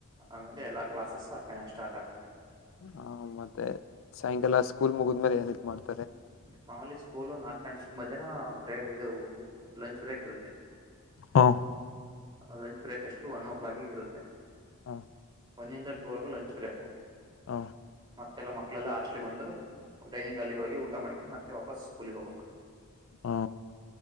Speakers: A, on the right (about 20°); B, on the left (about 65°).
A: ಆಮೇಲೆ ಎಲ್ಲಾ ಕ್ಲಾಸಸ್ು ಅ ಸ್ಟಾರ್ಟ್ ಆಗುತ್ತೆ
B: ಹಾ ಮತ್ತೆ ಸಾಯಂಕಾಲ ಸ್ಕೂಲ್ ಮುಗಿದ್ಮೇಲೆ ಏನ್ ಇ ಮಾಡ್ತ
A: ಮಾಮೂಲಿ ಸ್ಕೂಲು ನಾಕು ಗಂಟ ಮಧ್ಯಾಹನ ಬ್ರೇ ಇದು ಲಂಚ್ ಬ್ರೇಕ್ ಇರುತ್ತೆ
B: ಹಾ
A: ಲಂಚ್ ಬ್ರೇಕಕ್ ಎಷ್ಟು ಒನ್ ಓ ಕ್ಲಾಕ್ ಇರುತ್ತೆ
B: ಹ್ಮ
A: ಒಂದಿಂದ ಟೂರ್ಗ ಲಂಚ್ ಬ್ರೇಕು
B: ಹ
A: ಮತ್ತೆಲ್ಲ ಮಕ್ಕಳೆಲ್ಲ ಹಾಸ್ಟ್ಲಿ ಬಂದು ಡೈನಂಗ್ ಹಾಲಿ ಹೋಗಿ ಊಟ ಮಾಡಕೊಂಡ ಮತ್ತೆ ವಾಪಸ್ ಸ್ಕೂಲಿಗೆ ಹೋಗಬೇಕು
B: ಹಾ